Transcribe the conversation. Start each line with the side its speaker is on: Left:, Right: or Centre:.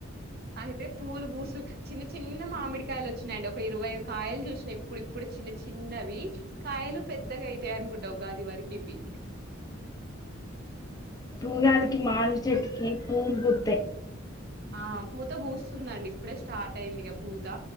Right: అయితే పూలు పూసులు చిన్న చిన్న మామిడికాయలు వచ్చినాయండి ఒక ఇరవై కాయలు చూసు ఇప్పుడు ఇప్పుడు చిన్న చిన్నవి కాయలు పెద్దగా అయితాయి అనుకుంటా ఉగాది వరకి ఇవి
Left: ఉగాదికి మామిడి చెట్టుకి పూలు పుట్టై
Right: ఆ పూత పూస్తుందండి ఇప్పుడే స్టార్ట్ అయింది ఇక పూత